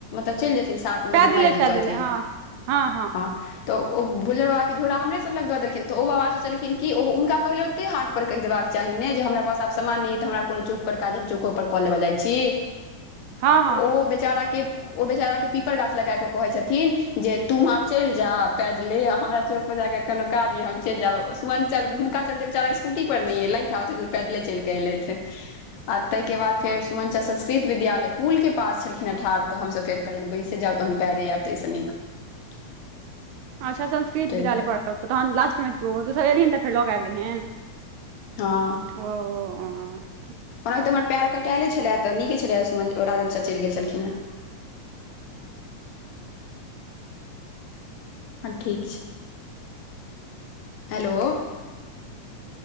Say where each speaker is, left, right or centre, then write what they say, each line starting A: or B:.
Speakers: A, on the left; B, on the right.
A: चल लथ ओ
B: पैदले
A: दुनू आबि जेतथिन
B: पैदले हँ हँ हँ
A: ह तऽ ओ भुलर बाबा के झोड़ा हमरे सब लग दऽ देलखिन तऽ ओ बाबा सोचलखिन की ओ हुनका पहिले कते हाट पर कहि देबाक चाही ने जे हमरा पास आब सामान नहि त हमरा कोनो चौक पर काज हम चौको पर कऽ लेबऽ जाई छी
B: हँ
A: ओ बेचारा के ओ बेचाराे पीपर गाछ लग आबि कऽ कहैत छथिन जे तू आब चलि जा पैदले आ हमरा सभ क कोनो काज य हम चलि जाब सुमन चा हुनका चलते बेचारा स्कूटी पर नहि एलै पैदले चलकि एलैथ आ तै के बाद
B: हँ
A: फेर सुमनचा संस्कृत विद्यालय के पुल के पास छलखिन ठार तऽ हमसभ फेर कहलनि बैसे जाउ तहन पैरे आयब ताहिसँ नीक <inaudible>
B: अच्छा संस्कृत
A: ताहि
B: विद्यालय
A: दुआरे
B: पढ़त तहन लास्टमे तु सब एलहिन तऽ फेर लऽ क आबि गेलहिन
A: हं
B: ओ आँ
A: ओनाहि ते हमर पर कटाएले छले तऽ नीके छलै सुमन ओ राजन चलि गेल छलखिन हँ हँ ठीक छै हेलो